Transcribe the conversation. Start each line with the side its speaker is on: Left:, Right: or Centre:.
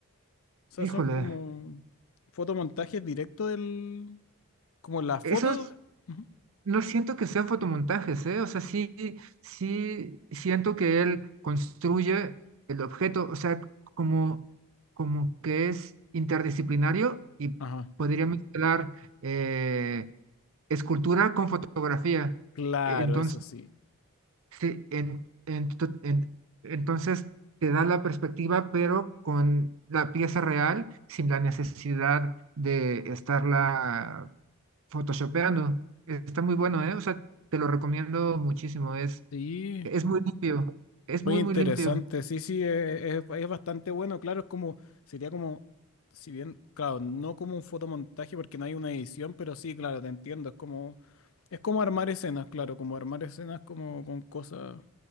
Left: sea,
Right: híjole,
Left: son como fotomontajes directos del, como la foto.
Right: esos
Left: Ujú.
Right: No siento que sean fotomontajes, ¿eh? O sea, sí, sí siento que él construye el objeto, o sea, como, como que es interdisciplinario y
Left: Ajá.
Right: podría mezclar eh, escultura con fotografía.
Left: Claro,
Right: Entonces,
Left: eso sí.
Right: sí, en- ento- en- entonces te da la perspectiva, pero con la pieza real, sin la necesidad de estarla Photoshopeando. Está muy bueno, ¿eh? O sea, te lo recomiendo muchísimo. Es,
Left: Sí.
Right: es muy limpio. Es
Left: Muy
Right: muy,
Left: interesante,
Right: muy limpio.
Left: sí, sí, eh, es, es bastante bueno, claro, es como, sería como, si bien, claro, no como un fotomontaje porque no hay una edición, pero sí, claro, te entiendo, es como, es como armar escenas, claro, como armar escenas como con cosas,